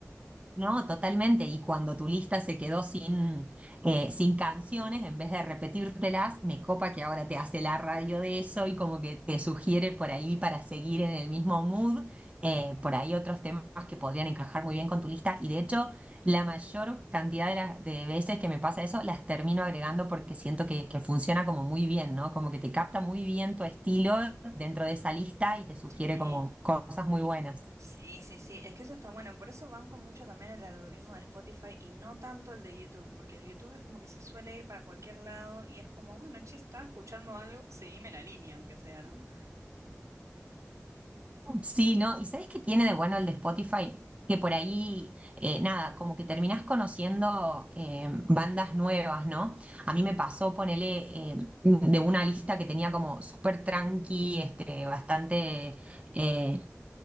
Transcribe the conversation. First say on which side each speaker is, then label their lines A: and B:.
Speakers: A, on the right (about 25°); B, on the right (about 70°).
A: No, totalmente. Y cuando tu lista se quedó sin, eh, sin canciones, en vez de repetírtelas, me copa que ahora te hace la radio de eso y como que te sugiere por ahí para seguir en el mismo mood, eh, por ahí otros temas que podrían encajar muy bien con tu lista. Y de hecho, la mayor cantidad de, las- de veces que me pasa eso, las termino agregando porque siento que, que funciona como muy bien, ¿no? Como que te capta muy bien tu estilo dentro de esa lista y te sugiere
B: Sí.
A: como cosas muy buenas.
B: Sí, sí, sí, es que eso está bueno, por eso banco mucho también el algoritmo de Spotify y no tanto el de YouTube, porque el YouTube es como que se suele ir para cualquier lado y es como, bueno, che, estaba escuchando algo, seguime la línea, aunque sea, ¿no?
A: Mm, Sí, ¿no? ¿Y sabes qué tiene de bueno el de Spotify? Que por ahí, eh, nada, como que terminás conociendo eh, bandas nuevas, ¿no? A mí me pasó, ponele, eh, mm, de una lista que tenía como súper tranqui, este, bastante, eh,